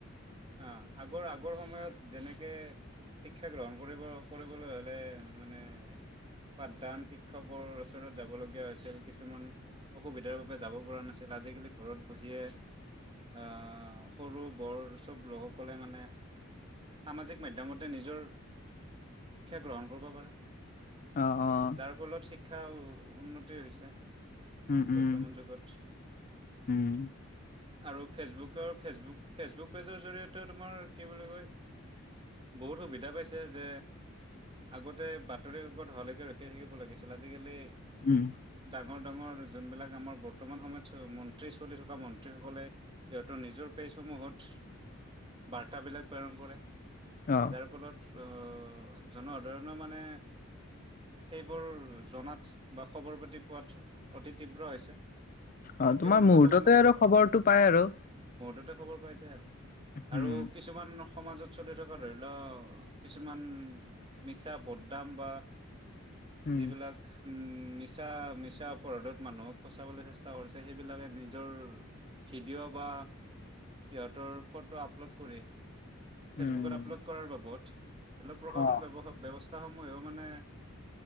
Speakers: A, on the right; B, on the left.
A: আহ আগৰ-আগৰ সময়ত যেনেকে শিক্ষা গ্ৰহণ কৰিব কৰিবলৈ হ'লে মানে পাঠদান শিক্ষকৰ ওচৰত যাবলগীয়া হৈছিল। কিছুমান অসুবিধাৰ বাবে যাব পৰা নাছিল, আজিকালি ঘৰত বহিয়ে আহ সৰু বৰ চব লোকসকলে মানে সামাজিক মাধ্যমতে নিজৰ শিক্ষা গ্ৰহণ কৰিব পাৰে।
B: অহ-অহ।
A: যাৰ ফলত শিক্ষা উন্নতি হৈছে।
B: উম উম
A: বৰ্তমান যুগত।
B: উম
A: আৰু ফেচবুকৰ ফেচবুক, ফেচবুক পেজৰ জৰিয়তে তোমাৰ কি বুলি কয় বহুত সুবিধা পাইছে যে, আগতে বাতৰি-কাকত হোৱা লৈকে ৰখি থাকিব লাগিছিল আজিকালি
B: উম।
A: ডাঙৰ ডাঙৰ যোনবিলাক আমাৰ বৰ্তমান সময়ত মন্ত্ৰী, চলি থকা মন্ত্ৰী ছাত্ৰীসকলে সিহঁতৰ নিজৰ পেজসমূহত বাৰ্তাবিলাক প্ৰেৰণ কৰে।
B: অ
A: যাৰ ফলত অ' জুনৰ ধৰণৰ মানে সেইবোৰ জনাত বা খবৰ পাতি পোৱাত অতি তীব্ৰ হৈছে
B: অ'
A: অতি
B: তোমাৰ
A: সোনকালে
B: মুহূৰ্ততে আৰু খবৰ টো পায় আৰু
A: ততে খবৰ পাই যায় আৰু
B: উম
A: আৰু কিছুমান সমাজত চলি থকা ধৰি লওক, কিছুমান মিছা বদনাম বা
B: উম
A: যিবিলাক উম। মিছা, মিছা অপৰাধত মানুহক ফচাবলৈ চেষ্টা কৰিছে সেইবিলাকে নিজৰ ভিডিঅ' বা সিহঁতৰ ফটো আপলোড কৰি ফেচবুকত
B: উম
A: আপলোড কৰাৰ বাবত অলপ প্ৰশাসন
B: অ
A: ব্যৱস্থা ময়ো মানে